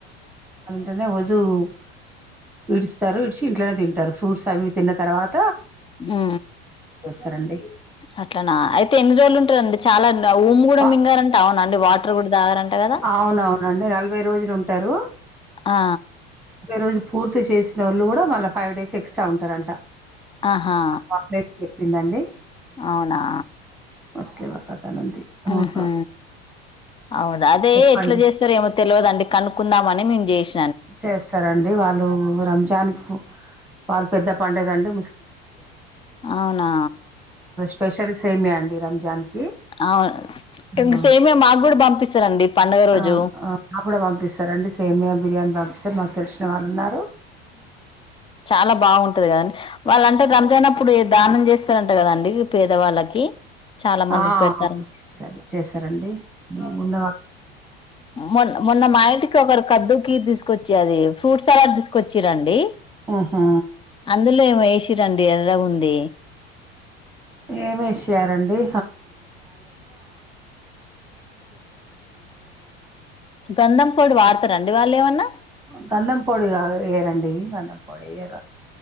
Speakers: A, in the centre; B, on the left (about 15°).
A: ఇంట్లోనే వజూ <unintelligible> విడుస్తారు ఇడిచి ఇంట్లోనే తింటారు ఫ్రూట్స్ అవి తిన్న తర్వాత
B: ఉ
A: చేస్తారండి
B: అట్లానా అయితే ఎన్ని రోజులు ఉంటారండి చాలాన్ ఊమ్ కూడా
A: ఫ
B: మింగారంట అవునా అండి వాటర్ కూడా తాగారంట కదా
A: అవునవునండి నలభై రోజులు ఉంటారు
B: ఆ
A: రోజు పూర్తి చేసిన వొళ్ళు కూడ మళ్ళ ఫైవ్ డేస్ ఎక్స్ స్ట్రా ఉంటారంట
B: ఆహా
A: మనం అన్ లైన్ కే తిన్నండి
B: అవునా
A: ముస్లిమ్ ఒక అతను ఉంది
B: హ
A: ఒక
B: హ అవున్ అది
A: చెప్పండి
B: ఎట్లా చేస్తారొ ఏమో తెలివదండి కనుక్కుందామని మేము చేస్
A: చేస్తారండి వాళ్ వాళ్ళు రంజాన్ కి వాళ్ళ పెద్ద పండుగ అండి
B: అవునా
A: స్పెషల్స్ ఏమి అండి రంజాన్ కి
B: అవును ఇంక
A: ఆ
B: సేమియా మాకు కూడా పంపిస్తారండి పండుగ రోజు
A: అవును. ఆ మాకు కూడా పంపిస్తారండి సేమియా బిర్యానీ పంపిస్తారు మాకు తెలిసిన వాళ్ళు ఉన్నారు
B: చాలా బాగుంటాది కాదండి వాళ్ళంతా రంజాన్ అప్పుడు దానం చేస్తారంట కదండి పేదవాళ్ళకి చాలా మందికి
A: ఆ
B: పెడతారు
A: చేస్తారు చేస్తారండి ఉన్న
B: మొ మొన్న మా ఇంటికి ఒకరు కద్దు కీర్ తీసుకు ఫ్రూట్స్ సలాడ్ తీసు కొచ్చిరండి
A: ఆహా
B: అందులో ఏమో ఏసి తినండి ఎర్రగా ఉంది
A: ఏం ఏసారండీ
B: గంధం పొడి వాడతర రండి వాళ్ళు ఏమన్నా
A: గంధం పొడి కాదు ఏయ్యారండి గంధం పొడి ఎయ్యారు